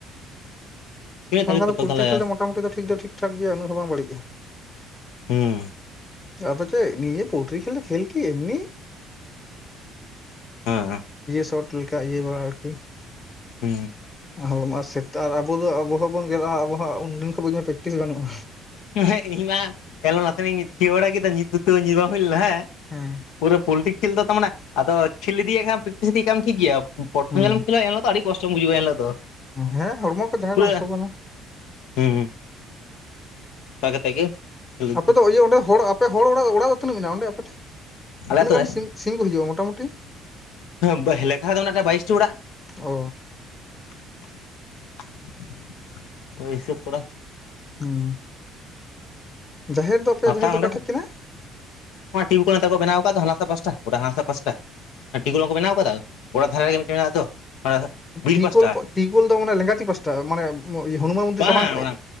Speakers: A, on the left (about 70°); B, on the left (about 20°).
A: ᱛᱤᱱᱟᱹᱜ
B: ᱵᱟᱝᱠᱷᱟᱱ
A: ᱛᱟᱹᱨᱤᱠᱷ ᱛᱚᱠᱷᱚᱱ
B: ᱫᱚ ᱯᱩᱞᱴᱤ
A: ᱛᱟᱦᱚᱞᱮ
B: ᱠᱷᱮᱞ ᱫᱚ ᱢᱚᱴᱟᱢᱩᱴᱤ ᱫᱚ ᱴᱷᱤᱠ ᱫᱚ ᱴᱷᱤᱠ ᱴᱷᱟᱠ ᱜᱮᱭᱟ ᱩᱱᱟᱹᱜ ᱫᱚ ᱵᱟᱝ ᱵᱟᱹᱲᱤᱡᱼᱟ
A: ᱦᱩᱸ
B: ᱟᱫᱚ ᱪᱮᱫ ᱱᱤᱭᱟᱹ ᱯᱳᱞᱴᱨᱤ ᱠᱷᱮᱞ ᱠᱷᱮᱞ ᱠᱤ ᱮᱢᱱᱤ
A: ᱦᱮᱸ
B: ᱥᱚᱨᱴ ᱞᱮᱠᱟ ᱟᱨᱠᱤ
A: ᱦᱩᱸ
B: ᱦᱚᱲᱚᱢᱚ ᱥᱮᱛᱟᱜ ᱟᱨ ᱟᱵᱚ ᱫᱚ ᱟᱵᱚ ᱦᱚᱸ ᱵᱚᱱ ᱜᱮᱫ-ᱟ ᱟᱵᱚᱦᱚ ᱩᱱᱫᱤᱱ ᱠᱷᱚᱱᱚᱡ ᱵᱟᱹᱧ ᱯᱨᱮᱠᱴᱤᱥ ᱵᱟᱹᱱᱩᱜ-ᱟ
A: ᱦᱮᱸ ᱤᱧ ᱢᱟ ᱮᱞᱚᱢ ᱱᱟᱥᱮ ᱤᱧ ᱛᱷᱤᱭᱟᱹ ᱵᱟᱲᱟ ᱠᱮᱫᱟ ᱧᱤᱨ ᱵᱟᱝ ᱦᱩᱭ ᱞᱮᱱᱟ ᱦᱮᱸ
B: ᱦᱮᱸ
A: ᱯᱩᱨᱟᱹ ᱯᱳᱞᱴᱤ ᱠᱷᱮᱞ ᱫᱚ ᱛᱚ ᱢᱟᱱᱮ ᱟᱫᱚ ᱠᱷᱮᱞ ᱤᱫᱤᱭᱮᱫ ᱠᱷᱟᱱᱮᱢ ᱯᱮᱠᱴᱤᱥ ᱤᱫᱤᱭᱮᱫ ᱠᱷᱟᱱ ᱴᱤᱠ ᱜᱮᱭᱟ ᱯᱨᱚᱛᱷᱚᱢ
B: ᱦᱩᱸ
A: ᱡᱮ ᱦᱤᱞᱚᱜ ᱠᱷᱮᱞᱟ ᱮᱱᱦᱤᱞᱳᱜ ᱫᱚ ᱟᱹᱰᱤ ᱠᱚᱥᱴᱚᱢ ᱵᱩᱡᱷᱟᱹᱣᱟ ᱮᱱ ᱦᱤᱞᱚᱜ ᱫᱚ
B: ᱦᱮᱸ ᱦᱚᱲᱢᱚ ᱠᱚ ᱡᱟᱜᱟᱸ
A: ᱯᱩᱨᱟᱹ
B: ᱠᱚ ᱦᱟᱹᱥᱩ ᱠᱟᱱᱟ ᱾
A: ᱦᱩᱸ ᱚᱱᱠᱟ ᱠᱟᱛᱮ ᱜᱮ ᱟᱞᱮ
B: ᱟᱯᱮ ᱫᱚ ᱤᱭᱟᱹ ᱚᱸᱰᱮ ᱦᱚᱲ ᱟᱯᱮ ᱦᱚᱲ ᱚᱲᱟᱜ ᱚᱲᱟᱜ ᱫᱚ ᱛᱤᱱᱟᱹᱜ ᱢᱮᱱᱟᱜ ᱢᱮᱱᱟᱜᱼᱟ ᱚᱸᱰᱮ ᱟᱯᱮ ᱴᱷᱮᱱ ᱛᱤᱱᱟᱹᱜ
A: ᱟᱹᱛᱩ
B: ᱜᱟᱱ
A: ᱨᱮ
B: ᱥᱤᱢ ᱥᱤᱢ ᱠᱚ ᱦᱤᱡᱩᱜᱼᱟ ᱢᱚᱴᱟᱢᱩᱴᱤ
A: ᱦᱮᱸ ᱞᱮᱠᱷᱟ ᱫᱚ ᱵᱟᱭᱤᱥᱴᱤ ᱚᱲᱟᱜ
B: ᱚ
A: <unintelligible> ᱦᱤᱥᱟᱹᱵᱽ ᱠᱚᱨᱟ
B: ᱦᱩᱸ ᱡᱟᱦᱮᱨ ᱫᱚ ᱟᱯᱮᱭᱟᱜ
A: ᱜᱟᱯᱟ
B: ᱡᱟᱦᱮᱨ ᱫᱚ
A: ᱚᱸᱰᱮ
B: ᱚᱠᱟ ᱴᱷᱮᱡ ᱠᱟᱱᱟ
A: ᱴᱤᱭᱩᱵ ᱠᱚᱞ ᱱᱮᱛᱟᱨ ᱠᱚ ᱵᱮᱱᱟᱣ ᱟᱠᱟᱫ ᱫᱚ ᱦᱟᱱᱟ ᱥᱟᱜ ᱯᱟᱥᱴᱟ ᱜᱚᱰᱟ ᱦᱟᱱᱟ ᱯᱟᱥᱴᱟ ᱴᱤᱭᱩᱵ ᱠᱚᱞ ᱵᱟᱝ ᱠᱚ ᱵᱮᱱᱟᱣ ᱟᱠᱟᱫᱟ ᱜᱚᱰᱟ ᱫᱷᱟᱨᱮ ᱨᱮᱜᱮ ᱢᱤᱫᱴᱮᱱ ᱢᱮᱱᱟᱜ ᱫᱚ ᱵᱤᱨ
B: ᱴᱤᱭᱩ
A: ᱯᱟᱥᱴᱟ
B: ᱠᱚᱞ ᱴᱤᱭᱩ ᱠᱚᱞ ᱫᱚ ᱢᱟᱱᱮ ᱞᱮᱸᱜᱟᱛᱤ ᱯᱟᱥᱴᱟ ᱢᱟᱱᱮ ᱦᱚᱱᱩᱢᱟᱱ ᱢᱚᱱᱫᱤᱨ
A: ᱵᱟᱝ
B: ᱥᱟᱢᱟᱝ ᱴᱷᱮᱡ
A: ᱚᱱᱟ